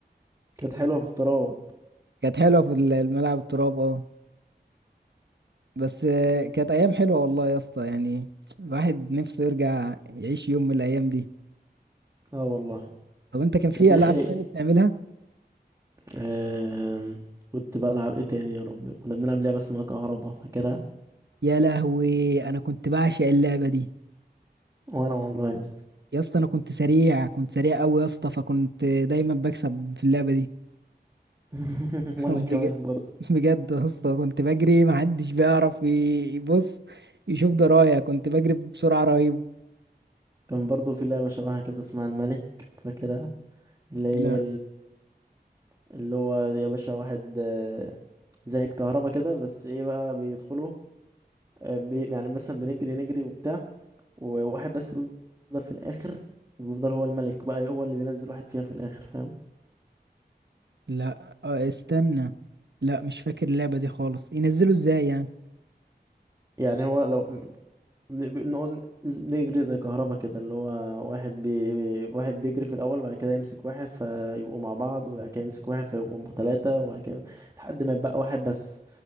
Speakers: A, on the right (about 20°); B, on the right (about 85°).
A: كانت حلوة في التراب
B: كانت حلوه في الملعب التراب اه بس آه، كانت ايام حلوه والله يا اسطى يعني الواحد نفسه يرجع يعيش يوم من الايام دي
A: اه والله
B: طب انت كان في
A: كانت يا
B: العاب
A: اخي
B: تانية بتعملها
A: آم، كنت بلعب ايه تاني يا رب كنا بنلعب لعبة اسمها كهربا فاكرها
B: يا لهوي انا كنت بعشق اللعبه دي
A: وانا والله يا اسطى
B: يا اسطى انا كنت سريع كنت سريع قوي يا اسطى فكنت دايما بكسب في اللعبه دي
A: <laughs>
B: <laughs>
A: وانا
B: بج-
A: كمان برضه
B: بجد يا اسطى كنت بجري ما حدش بيعرف ي- يبص يشوف درايه كنت بجري بسرعه رهيبه
A: كان برضه في لعبة شبهها كده اسمها الملك فاكرها اللي هي
B: لا
A: اللي هو يا باشا واحد آه، زي الكهربا كده بس ايه بقى بيدخلوا آه، بي يعني مثلا بنجري نجري وبتاع وواحد بس بيفضل في الاخر بيفضل هو الملك بقى هو اللي بينزل واحد فيها في الاخر فاهم
B: لا آه، استنى لا مش فاكر اللعبه دي خالص ينزلوا ازاي يعني
A: يعني هو لو بن- بنقعد نجري زي كهربا كده اللي هو واحد بي... واحد بيجري في الأول وبعد كده يمسك واحد فيبقوا مع بعض وبعد كده يمسك واحد فيبقوا ثلاثة وبعد كده لحد ما يبقى واحد بس